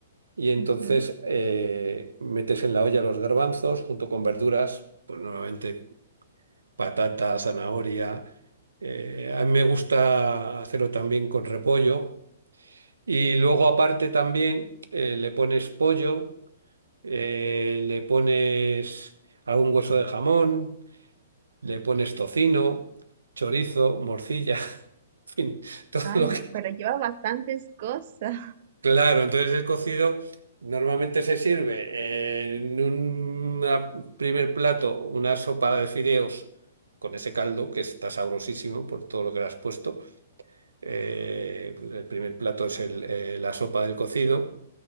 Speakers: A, on the right; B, on the right.
A: Y entonces
B: Ujú.
A: eh, metes en la olla los garbanzos junto con verduras, pues normalmente patata, zanahoria. Eh, a mí me gusta hacerlo también con repollo. Y luego aparte también eh, le pones pollo, eh, le pones algún hueso de jamón, le pones tocino, chorizo, morcilla, <laughs> en fin, todo
B: Ay,
A: lo que,
B: pero lleva bastantes cosas.
A: Claro, entonces el cocido normalmente se sirve en un primer plato una sopa de fideos con ese caldo que está sabrosísimo por todo lo que le has puesto. Eh, el primer plato es el, eh, la sopa del cocido,